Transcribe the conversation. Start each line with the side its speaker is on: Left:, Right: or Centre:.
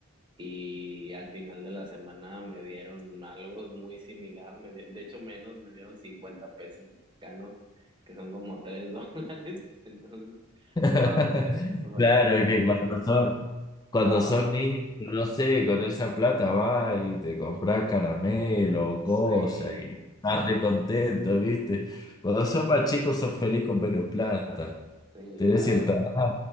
Right: Y al final de la semana me dieron algo muy similar, me di- de hecho menos, me dieron 50 pesos mexicanos, que son como 3 dólares. <laughs> Entonces,
Left: <laughs>
Right: no, hombre, fue,
Left: Claro, es que
Right: sí,
Left: cuando son, cuando
Right: ah,
Left: son
Right: fue-
Left: niños, no sé, con esa plata va y te compras caramelo o
Right: sí,
Left: cosas y estás re contento, ¿viste? Cuando son más chicos sos feliz con menos plata.
Right: sí,
Left: Tenés
Right: claro.
Left: cierta edad.